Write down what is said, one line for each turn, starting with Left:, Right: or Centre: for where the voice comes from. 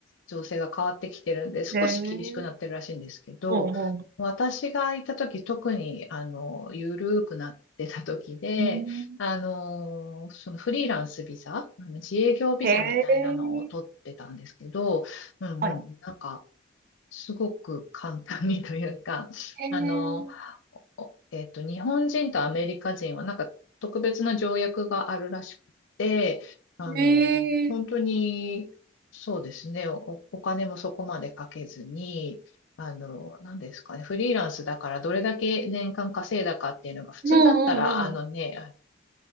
Left: 情勢が変わってきてるんで、少し厳しくなってるらしいんですけど、
Right: へえ。ほうほう。
Left: 私がいた時、特に、あの、緩くなってた時で、
Right: うん。
Left: あの、そのフリーランスビザ、あの自営業ビザみたいなのを取ってたんですけど、
Right: へえ。
Left: うんうん、
Right: はい。
Left: なんか、すごく簡単にというか、<laughs>
Right: へえ。
Left: あの、おえっと、日本人とアメリカ人はなんか特別な条約があるらしくて、あの、
Right: へえ。
Left: 本当に、そうですね、お、お金もそこまでかけずに、あの、何ですかね、フリーランスだからどれだけ年間稼いだかっていうのが普通だったら、
Right: うんうんうん。
Left: あのね、あの